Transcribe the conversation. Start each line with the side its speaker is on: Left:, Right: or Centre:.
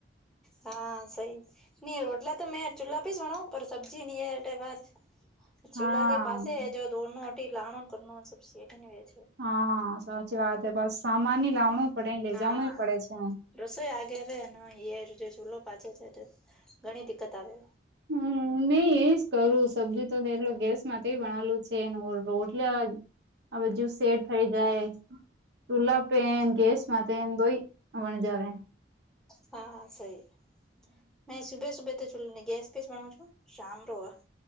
Centre: હા સઈ નઈ રોટલા તો મેં ચૂલ્લા પીસવાણ સબ્જી નની એટ વા <unintelligible> <inaudible> ચૂલ્લા
Right: હા
Centre: કે પાસે હ જો દોડનું લાણ કર સ સેઠ ની વ છે <unintelligible> <inaudible>
Right: હા સાચી વાત હ બસ સામાન ની લાવણું પડે લે
Centre: હા
Right: જવાણું પડે છે <unintelligible>
Centre: રસોઈ આગે હ ને એ જે ચૂલો પાછો છે ઘણી દિકકત આવે
Right: હમ નહી એજ કરું સબ્જી તોટલો ગેસ માંથી ભનાલું છે રોટલા <unintelligible> આ બધુ સેટ થઇ જાય તુલાપે ગેસમાં દોઈ <unintelligible> ણ જાવે <unintelligible>
Centre: હા સઈ નહી સુભે સુભે તો ગેસ પેસ ભણ છો <unintelligible> શામ રોવા